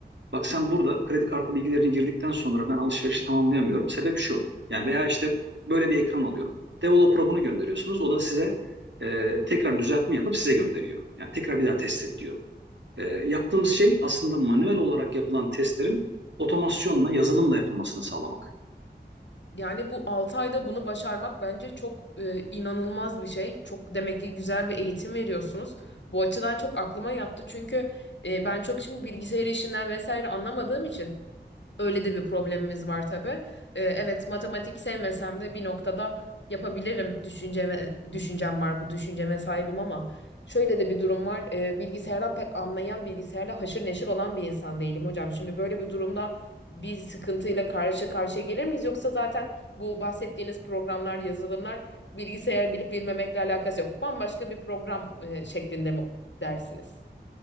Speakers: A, on the right (about 80°); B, on the left (about 80°).
A: Bak sen burada kredi kartı bilgilerini girdikten sonra ben alışverişi tamamlayamıyorum. Sebep şu. Yani veya işte böyle bir ekran alıyorum. Developer'a bunu gönderiyorsunuz. O da size e, tekrar düzeltme yapıp size gönderiyor. Yani tekrar bir daha test et diyor. E, yaptığımız şey aslında manuel olarak yapılan testlerin otomasyonla, yazılımla yapılmasını sağlamak.
B: Yani bu 6 ayda bunu başarmak bence çok e, inanılmaz bir şey. Çok demek ki güzel bir eğitim veriyorsunuz. Bu açıdan çok aklıma yattı. Çünkü e, ben çok şimdi bilgisayar işinden vesaire anlamadığım için Öyle de bir problemimiz var tabii. Ee, evet matematik sevmesem de bir noktada yapabilirim düşünceme, düşüncem var bu düşünceme sahibim ama şöyle de bir durum var. Ee, bilgisayardan pek anlayan bilgisayarla haşır neşir olan bir insan değilim hocam. Şimdi böyle bir durumda bir sıkıntıyla karşı karşıya gelir miyiz yoksa zaten bu bahsettiğiniz programlar, yazılımlar bilgisayar bilip bilmemekle alakası yok. Bambaşka bir program e, şeklinde mi dersiniz?